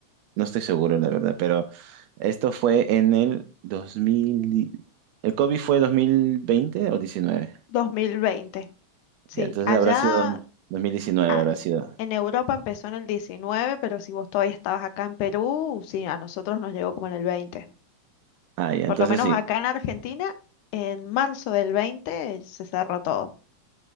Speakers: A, on the right (about 75°); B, on the left (about 80°).
A: No estoy seguro, la verdad, pero esto fue en el 2000. y- El COVID fue 2020 o 19.
B: 2020. Sí.
A: Ya, entonces
B: Allá
A: habrá sido dos- 2019,
B: ah,
A: habrá sido.
B: en Europa empezó en el 19, pero si vos todavía estabas acá en Perú, sí, a nosotros nos llegó como en el 20.
A: Ah, ya,
B: Por
A: entonces
B: lo menos
A: sí,
B: acá en Argentina, en marzo del 20 se cerró todo.